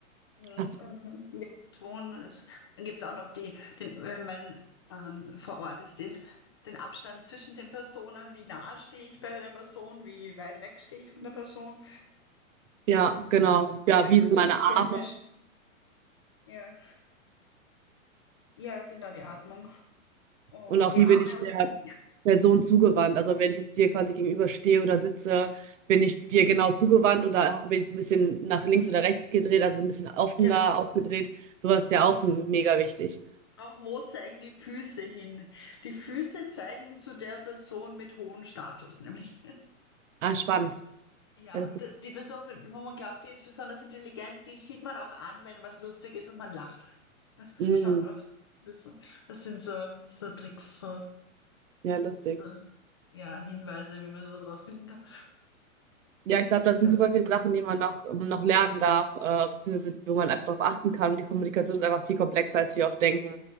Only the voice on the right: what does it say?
Hast
du, ja, genau. Ja,
wie sind meine Arme
und auch
wie
bin ich der
Person zugewandt? Also wenn ich jetzt dir quasi gegenüberstehe oder sitze, bin ich dir genau zugewandt oder bin ich so ein bisschen nach links oder rechts gedreht, also so ein bisschen offener
aufgedreht? Sowas ist ja
auch m- mega wichtig.
Ah, spannend.
Ja, das
ist,
mm,
ja, lustig.
Ja, ich glaube, da
sind super viele Sachen, die man noch, ähm, noch lernen darf, äh, beziehungsweise wo man einfach darauf achten kann. Die Kommunikation ist einfach viel komplexer, als wir oft denken.